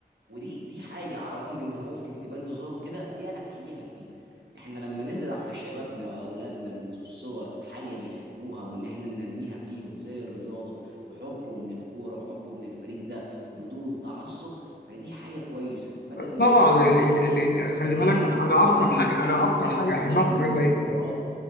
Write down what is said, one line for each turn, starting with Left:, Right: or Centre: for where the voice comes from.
Right: ودي دي حاجه على الرغم انها ممكن تبان هزار وكده دي انا حقيقها فيه احنا لما نزرع في شبابنا واولادنا منذ الصغر حاجه بيحبوها وان احنا ننميها فيهم زي الرياضه وحبهم للكوره وحبهم للفريق ده بدون تعصب فدي حاجه كويسه بدل
Left: طبعا
Right: ما الشاب ده
Left: يعني
Right: يتجه
Left: ال... ال... انت خلي
Right: للسجاير
Left: بالك انا انا
Right: بدل
Left: اكتر حاجه
Right: ما يتجه
Left: انا اكتر
Right: لحاجه
Left: حاجه
Right: واحده
Left: احبها
Right: زي شرب
Left: في الرياضه
Right: المخدرات
Left: ايه؟